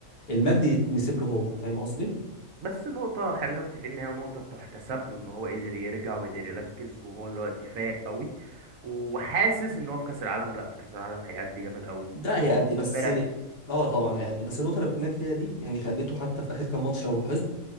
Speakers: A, on the left; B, on the right.
A: المجد يتنسب له هو فاهم قصدي
B: بس نقطة خلينا متفقين إن هي نقطة تحتسب له إن هو قدر يرجع وقدر يركز وهو دلوقتي فايق قوي وحاسس إن هو في كأس العالم لأ في كأس العالم هيأدي جامد قوي
A: ده
B: اللي
A: هيأدي
B: هو
A: بس
B: مركز
A: اه طبعا هيأدي بس النقطة اللي بكلمك فيها دي يعني خليته حتى في آخر كام ماتش لو لاحظت